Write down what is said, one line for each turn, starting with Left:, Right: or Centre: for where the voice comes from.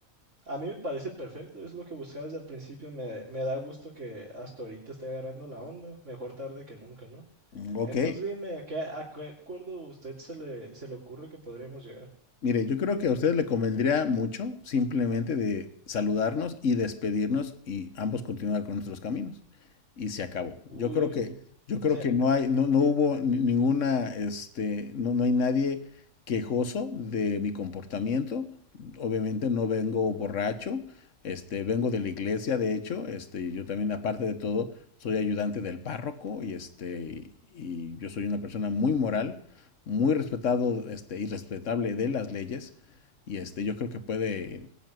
Right: A mí me parece perfecto, es lo que buscaba desde el principio. Me, me da gusto que hasta ahorita esté agarrando la onda, mejor tarde que nunca, ¿no?
Left: Mm, Ok,
Right: Entonces dime, ¿a qué, a qué acuerdo usted se le, se le ocurre que podríamos llegar?
Left: Mire, yo creo que a ustedes le convendría mucho simplemente de saludarnos y despedirnos y ambos continuar con nuestros caminos. Y se acabó.
Right: Uy,
Left: Yo creo
Right: uy,
Left: que,
Right: uy.
Left: Mm, yo creo
Right: Se-
Left: que no hay, no, no hubo ni- ninguna, este, no, no hay nadie quejoso de mi comportamiento. Obviamente no vengo borracho, este, vengo de la iglesia, de hecho, este, yo también, aparte de todo, soy ayudante del párroco y este, y yo soy una persona muy moral muy respetado este, y respetable de las leyes. Y este, yo creo que puede